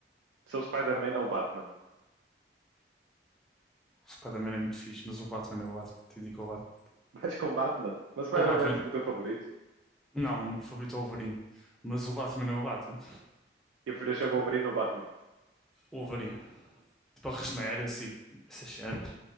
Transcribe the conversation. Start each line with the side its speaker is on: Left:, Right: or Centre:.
Right: ser o Spider-Man ou o Batman?
Centre: O Spider-Man é muito fixe, mas o Batman é o Batman. Te indico o Batman.
Right: <laughs> Vais com o Batman? Mas o Spider-Man
Centre: O Batman.
Right: é tipo o teu favorito.
Centre: Não, o meu favorito é o Wolverine. Mas o Batman é o Batman.
Right: E preferias ser
Centre: Tipo,
Right: o Wolverine ou o Batman?
Centre: o Wolverine. Tipo, a regenera, assim, essas cenas.